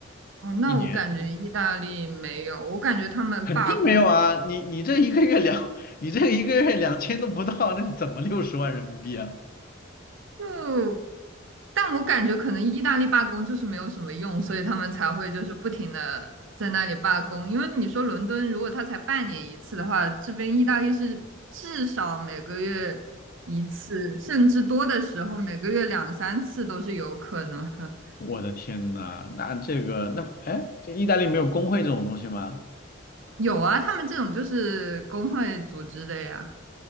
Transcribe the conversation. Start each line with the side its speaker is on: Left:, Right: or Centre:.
Right: 哦，那我感觉意大利没有，
Left: 一年
Right: 我感觉他们罢工
Left: 肯定没有啊，你你这一个月两，<laughs> 你这一个月两千都不到，那是怎么六十万人民币啊？
Right: 就，但我感觉可能意大利罢工就是没有什么用，所以他们才会就是不停的在那里罢工。因为你说伦敦如果他才半年一次的话，这边意大利是至少每个月一次，甚至多的时候每个月两三次都是有可能的。
Left: 我的天呐，那这个那哎，这意大利没有工会这种东西吗？
Right: <laughs> 有啊，他们这种就是工会组织的呀。